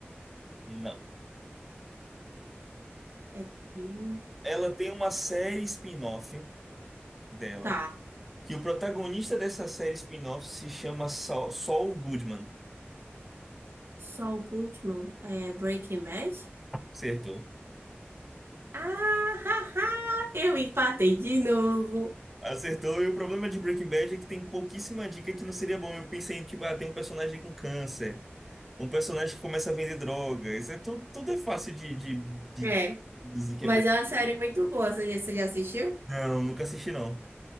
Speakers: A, in the centre; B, on the right.
A: Não.
B: É aqui.
A: Ela tem uma série spin-off dela,
B: Tá.
A: que o protagonista dessa série spin-off se chama Saul, Saul Goodman.
B: Saul Goodman. É Breaking Bad?
A: Acertou.
B: Ah, <laughs> ha, ha. Eu empatei de novo.
A: Acertou, e o problema de Breaking Bad é que tem pouquíssima dica que não seria bom. Eu pensei, tipo, ah, tem um personagem com câncer, um personagem que começa a vender droga. Isso é tudo, tudo é fácil de, de, de
B: É.
A: dizer que
B: Mas
A: é Breaking
B: é uma série muito boa. Você já, você já assistiu?
A: Bad. Não, nunca assisti, não.